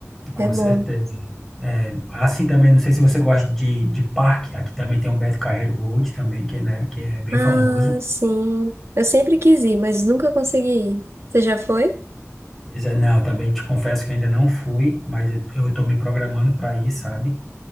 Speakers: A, in the centre; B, on the right.
A: Com
B: É bom.
A: certeza. É, assim também, não sei se você gosta de, de parque, aqui também tem o Beto Carreiro Road também, que, é, né, que é bem
B: Ah,
A: famoso.
B: sim. Eu sempre quis ir, mas nunca consegui ir. Você já foi?
A: Pois é, não, também te confesso que ainda não fui, mas eu eu tô me programando para ir, sabe?